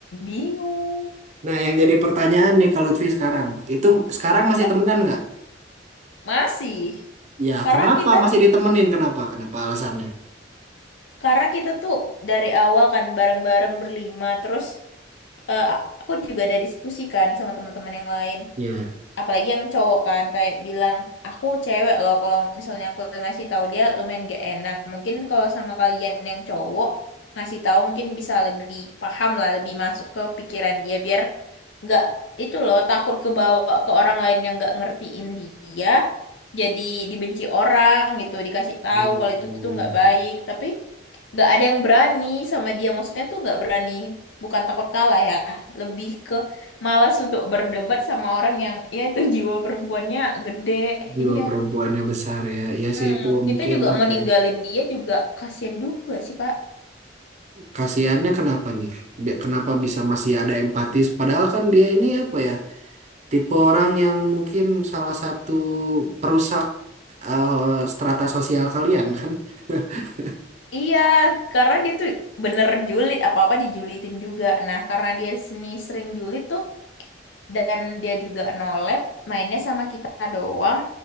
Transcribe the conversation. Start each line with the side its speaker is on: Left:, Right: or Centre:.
Left: Bingung.
Right: nah, yang jadi pertanyaan nih kalau Lutfi sekarang, itu sekarang
Left: Apa?
Right: masih temenan nggak?
Left: Masih.
Right: Ya,
Left: Karena
Right: kenapa
Left: kita,
Right: masih ditemenin? Kenapa? Kenapa alasannya?
Left: karena kita tuh dari awal kan bareng-bareng berlima. Terus eh, aku juga ada diskusi kan sama teman-teman yang lain.
Right: Iya.
Left: apalagi yang cowok kan kayak bilang aku cewek loh kalau misalnya aku ngasih tahu dia lumayan gak enak mungkin kalau sama kalian yang cowok ngasih tahu mungkin bisa lebih paham lah lebih masuk ke pikiran dia biar nggak itu loh takut kebawa ke orang lain yang nggak ngertiin dia jadi dibenci orang gitu dikasih tahu
Right: Oh.
Left: kalau itu tuh nggak baik tapi nggak ada yang berani sama dia maksudnya tuh nggak berani bukan takut kalah ya lebih ke malas untuk berdebat sama orang yang ya itu jiwa perempuannya gede
Right: Jiwa
Left: jadi ya
Right: perempuannya besar ya. Iya
Left: hmm,
Right: sih itu
Left: kita
Right: mungkin
Left: juga
Right: apa
Left: mau ninggalin
Right: ya?
Left: dia juga kasihan juga sih kak
Right: Kasihannya kenapa nih? Bi- Kenapa bisa masih ada empatis? Padahal kan dia ini apa ya? Tipe orang yang mungkin salah satu perusak eh, strata sosial kalian kan? <laughs>
Left: iya karena dia tuh bener julid apa apa dijulitin juga nah karena dia seni sering julid tuh dan dia juga no lab mainnya sama kita doang